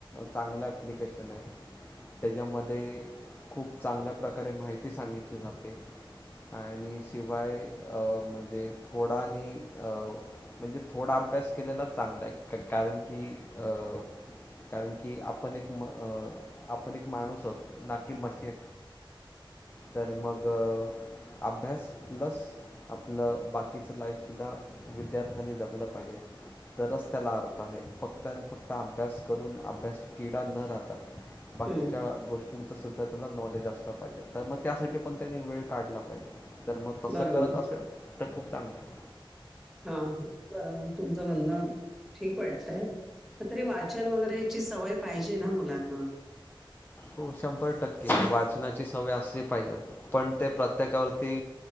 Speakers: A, on the left; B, in the centre.
A: चांगलं प्लिकेशन आहे त्याच्यामध्ये खूप चांगल्या प्रकारे माहिती सांगितली जाते आणि शिवाय अ म्हणज जे थोडा आणि म्हणजे थोडा अभ्यास केलेला चांगला आहे क कारण की अ कारण की आपण एक आपण एक माणूस आ ना की मशी तर मग अभ्यास लस आपलं बाकीचं लाईफसुद्धा विद्यार्थ्यांनी जगलं पाहिजे तरच त्याला अर्थ आहे फक्त आणि फक्त अभ्यास करून अभ्यास किडा न राहताात बाकीच्या
B: हं.
A: गोष्टी तुमचंसुद्धा तुला नॉलेज असं पाहिजे तर मग त्यासाठी पण त्यानी वेळ काढला पाहिजे तर मग तसं
B: बरोबर.
A: करत असेल तर खूप चांगलं आहे
B: हा हा बरोबर तुमचं म्हंद ठीक वाटतंय तरी वाचन वगैरेची सवय पाहिजे ना मुलांना
A: हो शंभर टक्के वाचनाची सवय असली पाहिजे पण ते प्रत्येकावरती